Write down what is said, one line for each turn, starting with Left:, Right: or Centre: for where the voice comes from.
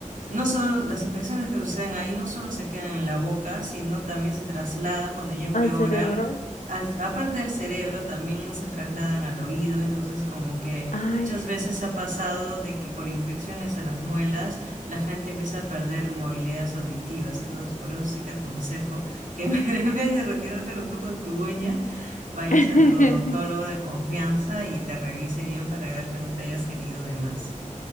Right: No solo las infecciones que suceden ahí no solo se quedan en la boca, sino también se trasladan cuando ya empeoran.
Left: Al cerebro.
Right: al- aparte del cerebro, también se trasladan al oído. Entonces, como que
Left: Ay,
Right: muchas veces ha pasado de que por infecciones a las muelas, la gente empieza a perder como habilidades auditivas. Entonces, por eso sí te aconsejo que <laughs> en vez de retirártelo tú con tu uña, vayas
Left: sí.
Right: a tu odontólogo
Left: <laughs>
Right: de confianza y te revise bien para ver que no te hayas herido de más.